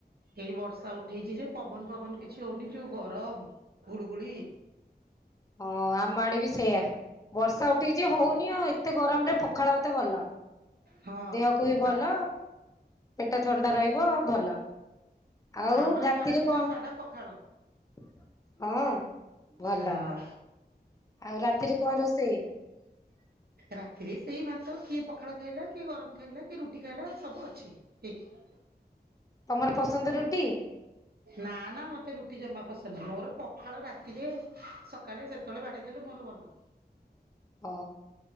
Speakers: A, on the right (about 65°); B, on the left (about 20°).
A: ଏଇ ବର୍ଷା ଉଠେଇଛି ଯେ ପବନ ଫବନ କିଛି ହଉନି ଯୋଉ ଗରମ ଗୁଳୁଗୁଳି।
B: ହଁ ଆମ ଆଡେ ବି ସେଇଆ। ବର୍ଷା ଉଠେଇଛି ହଉନି ଆଉ ଏତେ ଗରମ ରେ ପଖାଳ ମତେ ଭଲ।
A: ହଁ
B: ଦେହକୁ ବି ଭଲ
A: ଆଉ
B: ପେଟ ଥଣ୍ଡା ରହିବ ଭଲ। ଆଉ
A: ଆମର
B: ରାତିରେ
A: ଖରା ଦିନ
B: କଣ?
A: ସାରା ପଖାଳ।
B: ହଁ ଭଲ
A: ହଁ।
B: ଆଉ ରାତିରେ କଣ ରୋଷେଇ? <inaudible>
A: ରାତିରେ ସେଇ ଭାତ କିଏ ପଖାଳ ଖାଇଲା କିଏ ଗରମ ଖାଇଲା କିଏ ରୁଟି ଖାଇଲା ସବୁ ଅଛି। ହେଇକି।
B: ତମର ପସନ୍ଦ ରୁଟି।
A: ନା ନା ମତେ ରୁଟି ଜମା ପସନ୍ଦ ନୁହଁ ମୋର ପଖାଳ ରାତିରେ ସକାଳେ ସେତେବେଳେ ବାଡ଼େଇ ଦେଲେ ମୋର ଭଲ।
B: ହ